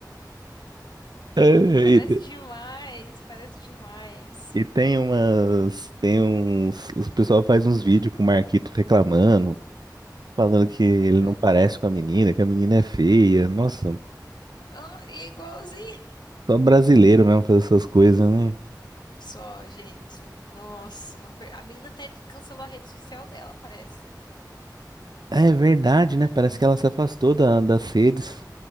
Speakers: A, on the right; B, on the left.
A: E,
B: <laughs> Parece
A: te-
B: demais, parece demais.
A: e tem umas. Tem uns. O pessoal faz uns vídeos com o Marquito reclamando, falando que ele
B: Aham.
A: não parece com a menina, que a menina é feia. Nossa,
B: Ah, e é igualzinho.
A: só brasileiro mesmo fazer essas coisas, né?
B: Só, gente. Nossa, não per... A menina até cancelou a rede social dela, parece.
A: Ah, É verdade, né? Parece que ela se afastou da, das redes.